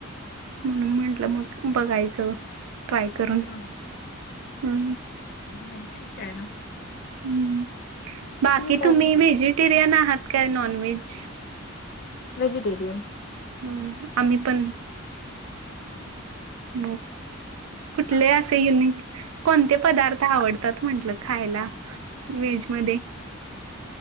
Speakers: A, on the right; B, on the left.
A: म्हणून म्हंटलं मग बघायचं ट्राय करून
B: हा
A: ह,
B: नाही ठीक आहे ना
A: हम्म बाकी
B: ठीक आहे
A: तुम्ही
B: ना
A: व्हेजिटेरियन आहात काय नॉन व्हेज
B: वेजिटेरियन,
A: हम्म आम्ही पण म कुठले
B: हा
A: असे युन कोणते पदार्थ आवडतात म्हंटलं खायला वेज मध्ये. <inaudible>